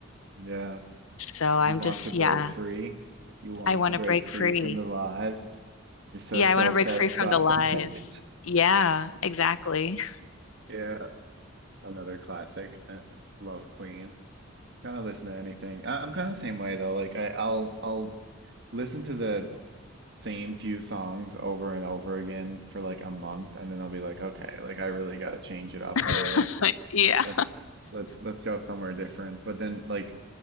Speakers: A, on the right (about 55°); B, on the left (about 80°).
A: Yeah.
B: So I'm
A: You want
B: just
A: to break
B: yeah,
A: free. You want
B: I want
A: to break
B: to break
A: free
B: free.
A: from the lies. You're so
B: Yeah,
A: self-satisfied.
B: I want to break free from the lies.
A: <laughs>
B: Yeah, exactly.
A: Yeah, another classic. Uh, love Queen. Kind of listen to anything. I, I'm kind of same way though. Like I, I'll I'll listen to the same few songs over and over again for like a month, and then I'll be like, okay, like I really got to change it up
B: <laughs>
A: here. Like
B: Yeah.
A: let's let's let's go somewhere different. But then like